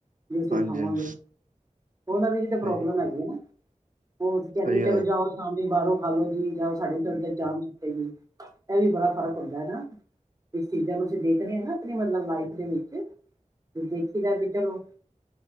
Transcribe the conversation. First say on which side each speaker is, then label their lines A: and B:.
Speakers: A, on the right (about 25°); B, on the right (about 80°).
A: ਜੇ ਅਸੀ
B: ਹਾਂਜੀ
A: ਖਾਵਾਂਗੇ
B: ਹਾਂਜੀ
A: ਉਹਨਾਂ ਦੀ ਲਈ ਵੀ ਤੇ
B: ਸਹੀ
A: ਪ੍ਰੋਬਲਮ ਹੈਗੀ ਆ। ਨਾ ਉਹ
B: ਸਹੀ
A: ਚਲੋ ਜਾਓ <unintelligible> ਸ਼ਾਮੀ ਬਾਹਰੋ ਖਾਲੋ ਜੀ, ਜਾਂਔ ਸਾਡੀ ਵੀ ਫੇਰ ਤੇ ਜਾਨ ਛੁੱਟੇਗੀ। ਇਹ ਵੀ ਬੜਾ ਫ਼ਰਕ ਹੁੰਦਾ ਹਨਾ ਇਸ ਚੀਜ਼ਾਂ ਨੂੰ ਅਸੀ ਦੇਖ ਰਹੇ ਹਾਂ ਨਾ ਆਪਣੀ ਮਤਲਬ ਲਾਈਫ ਦੇ ਵਿਚ। ਦੇਖੀ ਦਾ ਵੀ ਚਲੋ